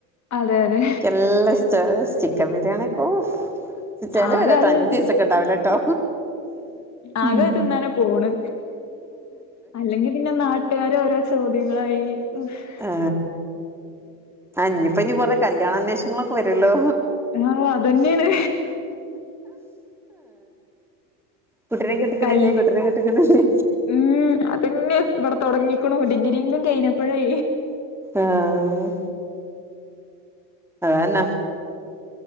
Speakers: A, on the left; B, in the centre.
A: അതെ അതെ
B: നല്ല ഇഷ്ട ചിക്കൻ ബിരിയാണിക്കെ ഫ് ചെല
A: ആകെ
B: പെരേല്ലാതെ
A: അത്
B: അഞ്ചു
A: ഉം
B: വയസൊക്കെ ഉണ്ടാവലട്ടോ
A: ആകെ
B: ഉ
A: അത് തിന്നാനാ പോണ് അല്ലെങ്കിൽ പിന്നെ നാട്ടുകാര ഓരോ ചോദ്യങ്ങളായി ഉം
B: ആ അനിപ്പ ഇനി കൊറെ കല്യാണന്വേഷങ്ങളൊക്കെ വരുല്ലോ
A: ആ അതന്നെയാണ്
B: കുട്ടീനെ കെട്ടിക്കണില്ലേ
A: കല്
B: കുട്ടീനെ കെട്ടിക്കണില്ലേ
A: ഉം അതന്നെ ഇവിടെ തുടങ്ങിക്കണോ ഡിഗ്രീ കഴിഞ്ഞ ഇപ്പോഴേ
B: ആഹ് അതെന്നെ